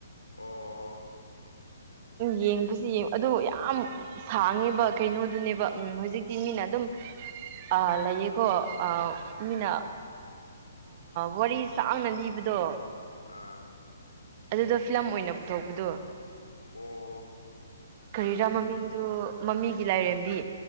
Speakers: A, on the left; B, on the right.
A: ꯑꯣ
B: ꯌꯦꯡꯕꯁꯨ ꯌꯦꯡ ꯑꯗꯨ ꯌꯥꯝ ꯁꯥꯡꯉꯤꯕ ꯀꯩꯅꯣꯗꯨꯅꯦꯕ ꯎꯝ ꯍꯧꯖꯤꯛꯇꯤ ꯃꯤꯅ ꯑꯗꯨꯝ ꯑ ꯂꯩꯌꯦꯀꯣ ꯑ
A: ꯑꯥ
B: ꯃꯤꯅ ꯋꯥꯔꯤ ꯁꯥꯡꯅ ꯂꯤꯕꯗꯣ
A: ꯑꯥ
B: ꯑꯗꯨꯗ ꯐꯤꯂꯝ ꯑꯣꯏꯅ ꯄꯨꯊꯣꯛꯄꯗꯣ
A: ꯑꯣ
B: ꯀꯔꯤꯔꯥ
A: ꯑꯥ ꯂꯩ
B: ꯃꯃꯤꯡ
A: ꯂꯩ
B: ꯑꯗꯨ ꯃꯃꯤꯒꯤ ꯂꯥꯏꯔꯦꯝꯕꯤ